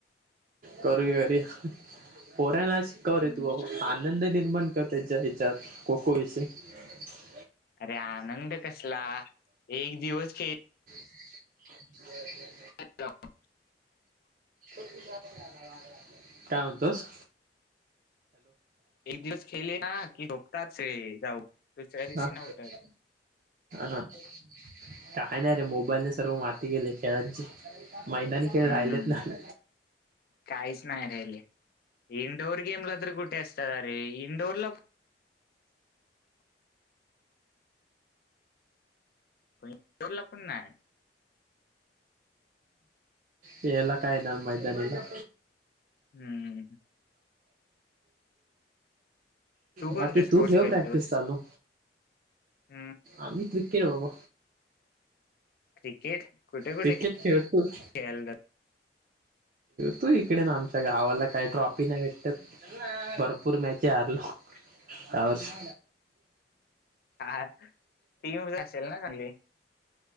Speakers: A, on the right; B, on the left.
A: करूया. तें पोऱ्याना शिकव
B: हम्म
A: रे तू भा आनंद निर्माण कर तेच्या ह्याच्यात. ककसे <unintelligible>
B: अरे आनंद कसला, एक दिवस खे
A: <inaudible>
B: अ <inaudible>
A: <inaudible> काय म्हनतोस?
B: एक दिवस खेलले ना, की झोपतात सगळे, जाऊन. दुसऱ्या दिवशी
A: हा
B: नाही उठत
A: ह ह <inaudible> काय नाही रे, मोबाईलने सर्व माती केली खेळांची. मैदानी खेळ
B: हम्म
A: राहिलेच नाही.
B: काहीच नाही राहिले. इंडोर गेमला तर कुठ कुठं असतात रे, इडोरला इडोरला पण नाय.
A: याला काय येणार मैदानीला. <inaudible>
B: हम्म कोणते
A: बाकी
B: स्पोर्ट्स
A: तू ठेव
B: खेळतोस
A: प्रॅक्टिस चालू.
B: हम्म
A: आम्ही क्रिकेट बाबा
B: क्रिकेट. कुठे कुठे
A: क्रिकेट खेळतोस?
B: खेळायला
A: तू, हीकडे ना आमच्या गावाला काही ट्रॉफी नाही भेटत. भरपूर मॅची हरलो. ब <unintelligible> आवाज <inaudible>
B: जात टीम असेल ना चांगली